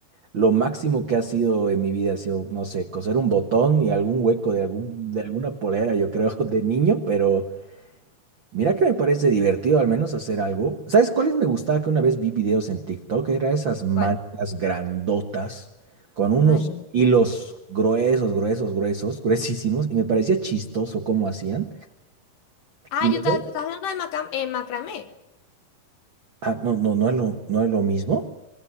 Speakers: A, on the right; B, on the left.
A: lo máximo que ha sido en mi vida ha sido, no sé, coser un botón y algún hueco de, algún, de alguna polera, yo creo, <laughs> de niño, pero Mira que me parece divertido al menos hacer algo. ¿Sabes cuáles me gustaba que una vez vi videos en TikTok? Era esas mantas
B: ¿cuál?
A: grandotas con unos
B: Maya.
A: hilos gruesos, gruesos, gruesos, <laughs> gruesísimos y me parecía chistoso cómo hacían.
B: Ah,
A: Y luego,
B: yo estaba, estás hablando de macam- eh, macramé.
A: ah, no, no, no es lo, no es lo mismo.